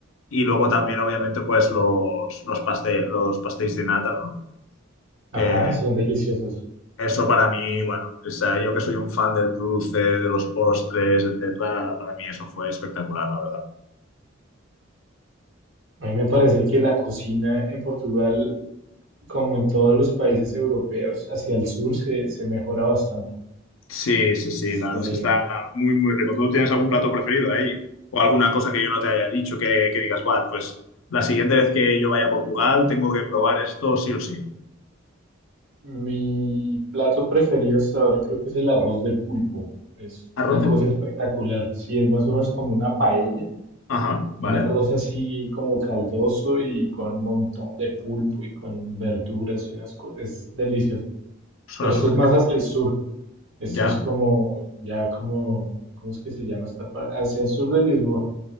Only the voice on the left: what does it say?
Y luego también, obviamente, pues los, los, paste- los pastéis de nata, ¿no?
Que,
eso para mí, bueno, o sea, yo que soy un fan del dulce, de los postres, etcétera, para mí eso fue espectacular, la verdad.
Sí, sí, sí,
la verdad es que está muy, muy rico. ¿Tú tienes algún plato preferido ahí? ¿O alguna cosa que yo no te haya dicho que, que digas, va, pues la siguiente vez que yo vaya a Portugal tengo que probar esto sí o sí?
Arroz
de
pulpo.
Ajá, vale.
Suena
súper
bien.
Ya.